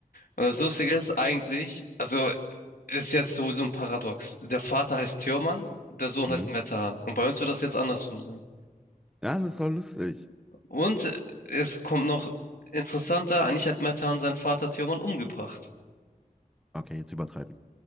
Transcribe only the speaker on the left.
Und das Lustige ist eigentlich, also ist jetzt sowieso ein Paradox. Der Vater heißt Theoman, der Sohn
heißt Metahan. Und bei uns wird das jetzt andersrum sein.
Und äh, es kommt noch interessanter, eigentlich hat Metahan seinen Vater Theoman umgebracht.